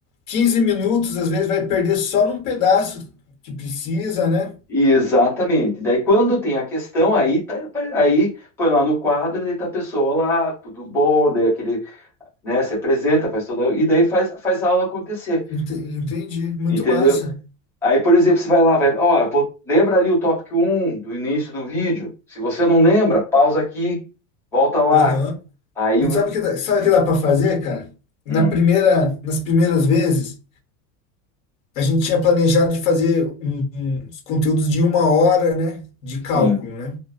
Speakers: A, on the left; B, in the centre.
A: 15 minutos às vezes vai perder só num pedaço que precisa, né?
B: e exatamente. Daí quando tem a questão, aí tá, aí põe lá no quadro, daí tá a pessoa lá, tudo bom, daí aquele né? Se apresenta, faz toda e daí faz, faz a aula acontecer,
A: Ent- Entendi, muito
B: entendeu?
A: massa.
B: Aí, por exemplo, você vai lá, vai, ó, eu vou- lembra ali o tópico um do início do vídeo. Se você não lembra, pausa aqui, volta lá.
A: Aham.
B: Aí,
A: E sabe o que dá, sabe o que dá para fazer, cara? Na
B: hum,
A: primeira, nas primeiras vezes, a gente tinha planejado de fazer um- uns conteúdos de uma hora, né? De cálculo,
B: sim,
A: né?